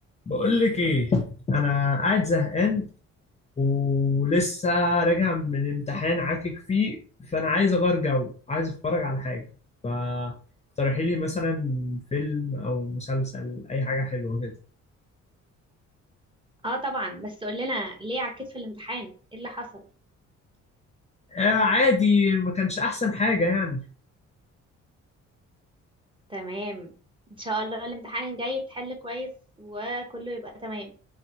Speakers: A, on the left; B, on the right.
A: بقول لك ايه انا قاعد زهقان ولسه راجع من امتحان عاكك فيه فانا عايز اغير جو عايز اتفرج على حاجه فاقترحي لي مثلا فيلم او مسلسل اي حاجه حلوه كده
B: اه طبعا بس قول لنا ليه عكيت في الامتحان ايه اللي حصل
A: آه عادي ما كانش احسن حاجه يعني
B: تمام ان شاء الله الامتحان الجاي تحل كويس وكله يبقى تمام